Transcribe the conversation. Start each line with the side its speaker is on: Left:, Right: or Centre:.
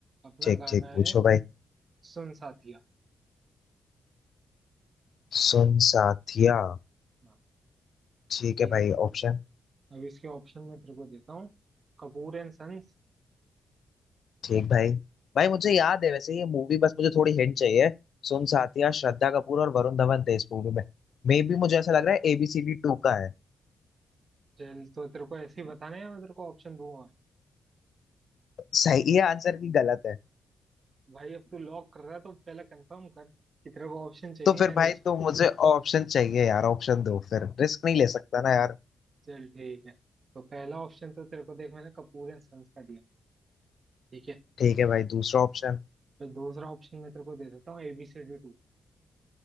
Right: अपना
Left: ठीक
Right: गाना
Left: ठीक
Right: है
Left: पूछो भाई
Right: सुन साथिया
Left: सुन साथिया
Right: हाँ
Left: ठीक
Right: ठीक
Left: है भाई
Right: है
Left: ऑप्शन
Right: अब इसके ऑप्शन मैं तेरे को देता हूँ कपूर एंड सन्स
Left: ठीक भाई भाई मुझे
Right: तो
Left: याद है वैसे ये मूवी बस मुझे थोड़ी हिंट चाहिए सुन साथिया श्रद्धा कपूर और वरुण धवन थे इस मूवी में मे भी मुझे ऐसा लग रहा है एबीसीडी टू का है
Right: चल तो तेरे को ऐसे ही बताना है मैं तेरे को ऑप्शन दूंगा और
Left: सही है आंसर की गलत है
Right: भाई अब तू लॉक कर रहा है तो पहले कंफर्म कर कि तेरे को ऑप्शन चाहिए
Left: तो फिर
Right: या
Left: भाई
Right: नहीं चाहिए
Left: तो मुझे ऑप्शन चाहिए यार ऑप्शन दो फिर रिस्क नहीं ले सकता ना यार
Right: चल ठीक है तो पहला ऑप्शन तो तेरे को देख मैंने कपूर एंड सन्स का दिया ठीक है
Left: ठीक है भाई दूसरा ऑप्शन
Right: तो दूसरा ऑप्शन मैं तेरे को दे देता हूँ एबीसीडी टू